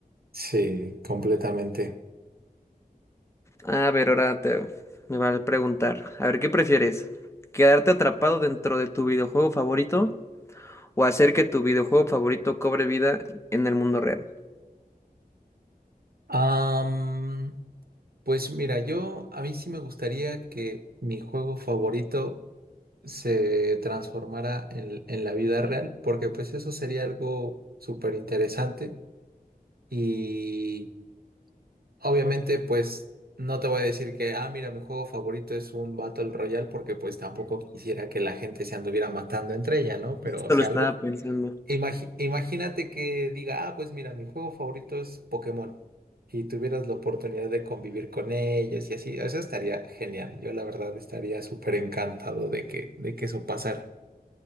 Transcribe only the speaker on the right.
sí, completamente.
Am, pues mira, yo, a mí sí me gustaría que mi juego favorito se transformara en, en la vida real, porque pues eso sería algo súper interesante y... Obviamente, pues no te voy a decir que, ah, mira, mi juego favorito es un Battle Royale porque pues tampoco quisiera que la gente se anduviera matando entre ella, ¿no? Pero,
o sea,
algo,
imagi- imagínate que diga, ah, pues mira, mi juego favorito es Pokémon y tuvieras la oportunidad de convivir con ellos y así, eso estaría genial. Yo la verdad estaría súper encantado de que, de que eso pasara.